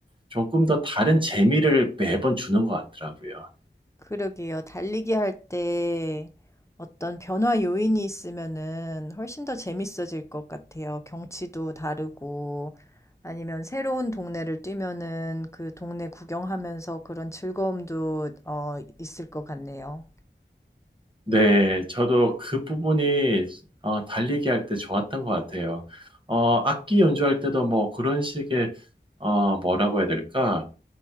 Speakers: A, on the right; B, on the left.
A: 조금 더 다른 재미를 매번 주는 것 같더라고요.
B: 그러게요. 달리기 할 때 어떤 변화 요인이 있으면은 훨씬 더 재밌어질 것 같아요. 경치도 다르고 아니면 새로운 동네를 뛰면은 그 동네 구경하면서 그런 즐거움도 어, 있을 것 같네요.
A: 네, 저도 그 부분이 어, 달리기 할 때 좋았던 것 같아요. 어, 악기 연주할 때도 뭐 그런 식의 어, 뭐라고 해야 될까?